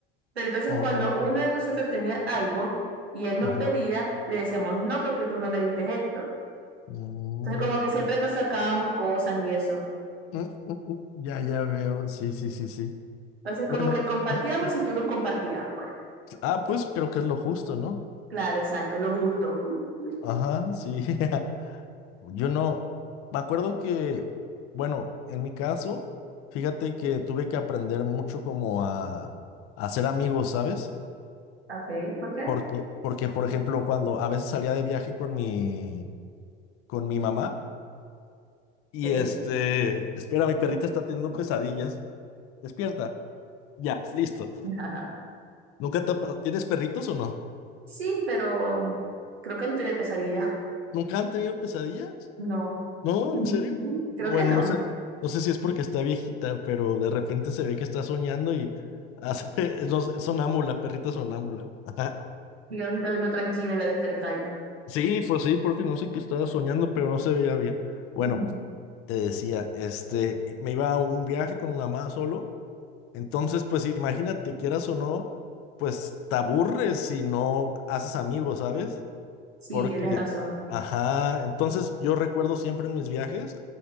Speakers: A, on the right; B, on the left.
A: Pero entonces
B: oh,
A: cuando uno de nosotros tenía algo y él nos
B: ujú,
A: pedía, le decíamos, no, porque tú no me diste esto.
B: mm,
A: Entonces como que siempre nos sacábamos cosas y eso.
B: mm, mm, mm. Ya, ya veo. Sí, sí, sí, sí.
A: Entonces como
B: Bueno.
A: que compartíamos
B: Ah,
A: y tú nos compartías, pues.
B: ah, pues creo que es lo justo, ¿no?
A: Claro, exacto, lo justo. <laughs>
B: Ajá, sí. <laughs> Yo no, me acuerdo que, bueno, en mi caso, fíjate que tuve que aprender mucho como a, a hacer amigos, ¿sabes?
A: Ok, ¿por qué?
B: Porque, porque, por ejemplo, cuando a veces salía de viaje con mi, con mi mamá y
A: Ok.
B: este, espera, mi perrita está teniendo pesadillas. Despierta. Ya, listo.
A: <laughs> Ajá.
B: ¿Nunca te ha pa- ¿Tienes perritos o no?
A: Sí, pero creo que no tiene pesadillas.
B: ¿Nunca han tenido pesadillas?
A: No.
B: No,
A: <laughs>
B: ¿en serio?
A: Creo
B: No, Bueno,
A: que no.
B: no sé, no sé si es porque está viejita, pero de repente se ve que está soñando y hace, <laughs> no sé, sonámbula, perrita sonámbula. <laughs>
A: Digamos que está durmiendo tranquila y la despertáis.
B: Sí, pues sí, porque no sé qué estaba soñando, pero no se veía bien. Bueno,
A: <laughs>
B: te decía, este, me iba a un viaje con mi mamá solo, entonces, pues imagínate, quieras o no, pues te aburres si no haces amigos, ¿sabes?
A: Sí,
B: Porque,
A: tienes razón.
B: ajá, entonces yo recuerdo siempre en mis viajes,